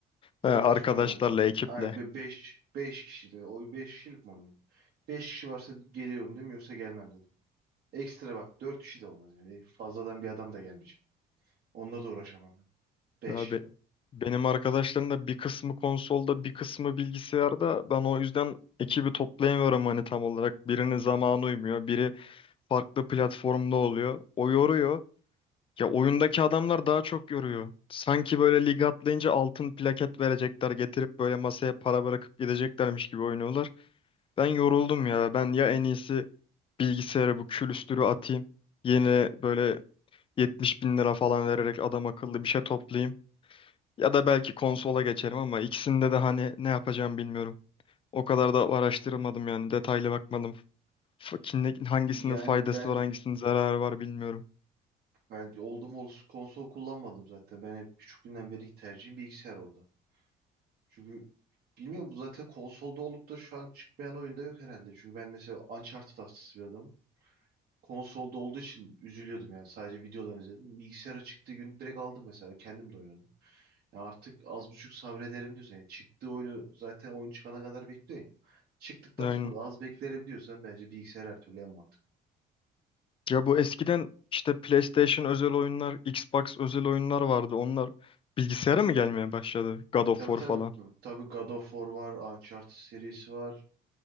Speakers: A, on the right; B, on the left.
A: Tek
B: He, arkadaşlarla,
A: başıma oynamam.
B: ekiple.
A: Yani beş, beş kişiyle. Oyun beş kişilik mi oynuyor? Beş kişi varsa geliyorum dedim yoksa gelmem dedim. Ekstra bak dört kişi de olmaz yani. Fazladan bir adam da gelmeyecek. Onunla da uğraşamam ben. Beş.
B: Abi, benim arkadaşlarım da bir kısmı konsolda, bir kısmı bilgisayarda. Ben o yüzden ekibi toplayamıyorum hani tam olarak. Birinin zamanı uymuyor, biri farklı platformda oluyor. O yoruyor. Ya oyundaki adamlar daha çok yoruyor. Sanki böyle lig atlayınca altın plaket verecekler, getirip böyle masaya para bırakıp gideceklermiş gibi oynuyorlar. Ben yoruldum ya. Ben ya en iyisi bilgisayara bu külüstürü atayım. Yeni böyle 70 bin lira falan vererek adam akıllı bir şey toplayayım. Ya da belki konsola geçerim ama ikisinde de hani ne yapacağım bilmiyorum. O kadar da araştırmadım yani detaylı bakmadım. F- kimle- hangisinin
A: Yani
B: faydası
A: ben
B: var hangisinin zararı var bilmiyorum.
A: ben oldum olası konsol kullanmadım zaten. Ben hep küçüklüğümden beri tercihim bilgisayar orada. Çünkü bilmiyorum bu zaten konsolda olup da şu an çıkmayan oyunda yok herhalde. Çünkü ben mesela Uncharted hastası bir adamım. Konsolda olduğu için üzülüyordum yani sadece videoları izledim. Bilgisayara çıktığı gün direkt aldım mesela kendim de oynadım. Ya artık az buçuk sabrederim diyorsan yani çıktığı oyunu zaten oyun çıkana kadar bekliyorsun ya. Çıktıktan
B: Aynen.
A: sonra da az beklerim diyorsan bence bilgisayar her türlü en mantıklı.
B: Ya bu eskiden işte PlayStation özel oyunlar, Xbox özel oyunlar vardı. Onlar bilgisayara mı gelmeye başladı? God of
A: Tabii
B: War
A: tabii.
B: falan.
A: Bu- Tabii God of War var. Uncharted serisi var.